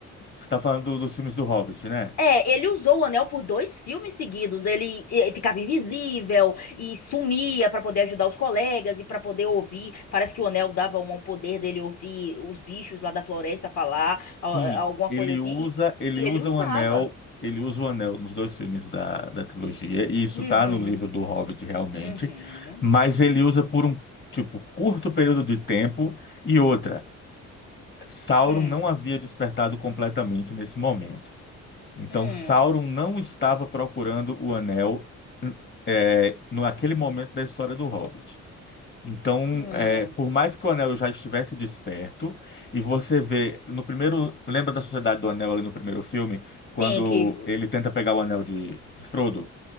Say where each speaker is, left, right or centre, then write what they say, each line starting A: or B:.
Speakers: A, on the left; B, on the left.
A: você está falando do- dos filmes do Hobbit, né?
B: É, ele usou o anel por dois filmes seguidos. Ele, eh, ficava invisível e sumia pra poder ajudar os colegas e pra poder ouvir. Parece que o anel dava um um poder dele ouvir os bichos lá da floresta falar, a-
A: Sim,
B: alguma
A: ele
B: coisa assim.
A: usa,
B: E,
A: ele
B: e ele
A: usa
B: usava.
A: o anel, ele usa o anel nos dois filmes da, da trilogia, e isso
B: Uhum,
A: tá no livro do Hobbit realmente,
B: uhum,
A: mas ele usa por um, tipo, curto período de tempo e outra, Sauron
B: hum,
A: não havia despertado completamente nesse momento. Então
B: hum,
A: Sauron não estava procurando o anel, eh, no aquele momento da história do Hobbit. Então,
B: hum.
A: é, por mais que o anel já estivesse desperto, e você vê no primeiro. Lembra da Sociedade do Anel ali no primeiro filme, quando
B: Sim, que,
A: ele tenta pegar o anel de, de Frodo?